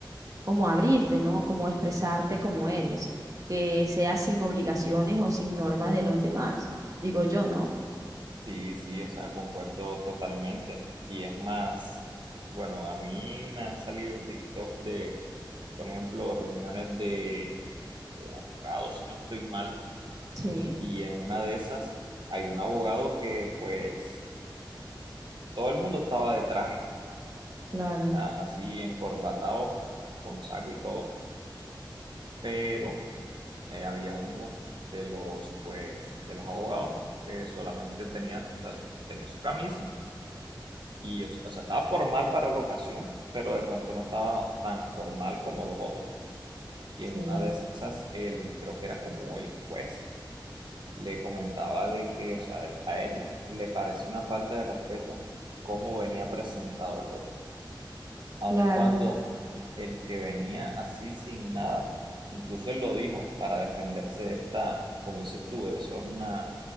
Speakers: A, on the right; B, on the right.
A: cómo abrirte, ¿no? Cómo expresarte como eres, que sea sin obligaciones o sin normas de los demás, digo yo, ¿no?
B: Sí, sí, o sea, concuerdo totalmente. Y es más, bueno, a mí me han salido TikTok de, por ejemplo, reuniones de, de abogados, si no estoy mal
A: Sí,
B: y en una de esas hay un abogado que pues todo el mundo estaba de traje,
A: claro,
B: a- así encorbatado, con saco y todo, pero eh, había uno de los pues de los abogados que solamente tenía, o sea, su, tenía su camisa y o sea, o sea, estaba formal para la ocasión, pero de pronto no estaba tan formal como los otros. Y
A: sí,
B: en una de esas, el, creo que era como el juez le comentaba de que, o sea, él- a él le pareció una falta de respeto cómo venía presentado el otro. Aun
A: claro.
B: cuando el que venía así sin nada, incluso él lo dijo para defenderse de esta, como dices tú, eso es una,